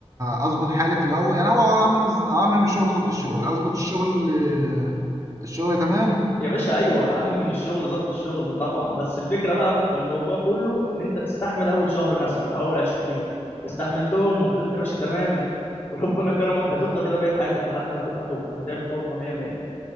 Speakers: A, on the right (about 30°); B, on the left (about 15°).
A: اظبط حالي في الاول يعني هو اعمم اعمم الشغل ظبط الشغل اظبط الشغل آه، الشغل تمام
B: يا باشا ايوه اهم من الشغل ضبط الشغل طبعا بس الفكره بقى في الموضوع كله ان انت تستحمل اول شهر مثلا او اول 20 يوم استحملتهم وفضلت ماشي تمام وربنا كرمك هتفضل كده بقيت حياتك لحد ما تبقى توب هتعمل فورمه 100 100